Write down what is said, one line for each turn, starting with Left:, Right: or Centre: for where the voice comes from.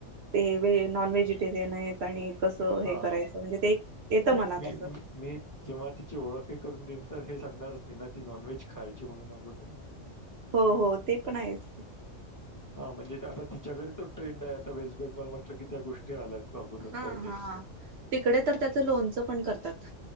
Right: ते वहे नॉन व्हेजिटेरियन आहे आणि कसं हे
Left: हा
Right: करायचं म्हणजे ते एक येतं
Left: नाही
Right: मनात
Left: मी
Right: असं
Left: मी मी जेव्हा तिची ओळखही करून देईन तर हे सांगणारच नाही ना ती नॉनव्हेज खायची म्हणून अगोदर
Right: हो हो ते पण आहेच
Left: हा म्हणजे आता तिच्याकरी तो ट्रेंड आहे आता वेस्ट बेंगॉल म्हटलं की त्या गोष्टी आल्यायच स्वागवत
Right: हा
Left: पहिजे
Right: हा तिकडे तर त्याचं लोनचं पण करतात